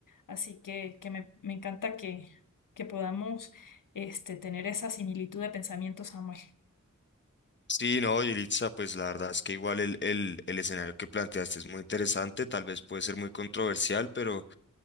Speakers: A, on the left; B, on the left.
A: Así que, que me, me encanta que, que podamos este, tener esa similitud de pensamiento, Samuel.
B: Sí, no, Yelitza, pues la verdad es que igual el, el, el escenario que planteaste es muy interesante, tal vez puede ser muy controversial, pero